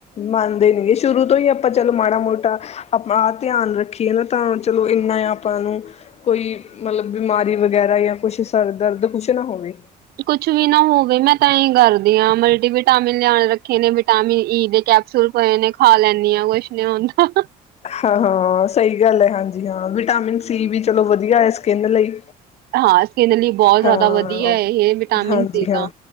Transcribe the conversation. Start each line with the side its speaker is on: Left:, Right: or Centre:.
Left: ਮੰਨਦੇ ਨੀ ਗੇ ਸ਼ੁਰੂ ਤੋਂ ਹੀ ਆਪਾਂ ਚਲੋ ਮਾੜਾ- ਮੋਟਾ ਅਪਾ ਧਿਆਨ ਰੱਖੀ ਕੀ ਏ ਨਾ ਤਾਂ ਚਲੋ ਇੰਨਾ ਆਪਾਂ ਨੂੰ ਕੋਈ ਮਲਬ ਬਿਮਾਰੀ ਵਗੈਰਾ ਜਾਂ ਕੁਛ ਸਰ ਦਰਦ ਕੁਛ ਨਾ ਹੋਵੇ।
Right: ਕੁਛ ਵੀ ਨਾ ਹੋਵੇ ਮੈਂ ਤਾਂ ਇਹੀ ਕਰਦੀ ਹਾਂ ਮਲਟੀਵਿਟਾਮਿਨ ਲਿਆ ਰੱਖੇ ਨੇ ਵਿਟਾਮਿਨ ਈ ਦੇੈ ਕੈਂਪ- ਕੈਪਸੂਲ ਪਏ ਨੇ ਖਾ ਲੈਂਦੀ ਹਾਂ ਕੁਛ ਨੀ ਹੁੰਦਾ।
Left: ਹਾਂ- ਹਾਂ ਸਹੀ ਗੱਲ ਹੈ ਹਾਂਜੀ ਹਾਂ ਵਿਟਾਮਿਨ ਸੀ ਵੀ ਚਲੋ ਵਧੀਆ ਹੈ ਸਕਿੰਨ ਲਈ।
Right: ਹਾਂ ਸਕਿੰਨ ਲਈ ਬਹੁਤ ਜ਼ਿਆਦਾ
Left: ਹਾਂ
Right: ਵਧੀਆ ਹੈ, ਇਹ ਵਿਟਾਮਿਨ
Left: ਹਾਂਜੀ
Right: ਸੀ
Left: ਹਾਂ
Right: ਤਾਂ